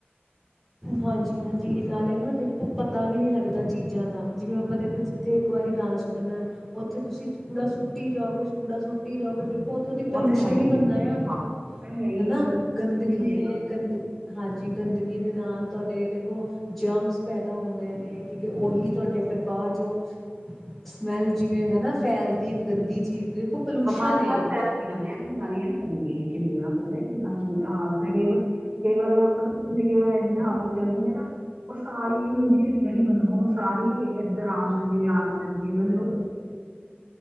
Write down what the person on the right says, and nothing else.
ਉਹ
ਤਾਂ ਹੈ
ਹੈ
ਉਹ ਤਾਂ ਹੈ ਹੀ
ਉਹ ਤਾਂ
ਨਹੀਂ ਦੇਗਾ
ਬਿਮਾਰੀਆਂ
ਫੈਲਦੀਆਂ ਨੇ ਬਿਮਾਰੀਆਂ ਫੈਲਦੀੀਆਂ ਕਿੰਨੀਆਂ ਪਤਾ ਕਿੰਨਾ ਮਰਾ ਹਾਲਦਾ ਕਈ ਵਾਰ ਕਈ ਵਾਰ ਪਤਾ ਕਿਂ ਕਈ ਵਾਰ ਇ ਜ ਹਵਾ ਚੱਲਦੀ ਹੈ ਨਾ ਉਹ ਸਾਰੀ ਹੁੰਦੀ ਜਿਹੜੀ ਬਦਬੂ ਸਾਰੀ ਕਾਮ ਹੈ ਜੀ ਆਨਾ ਪੈਂਦਾ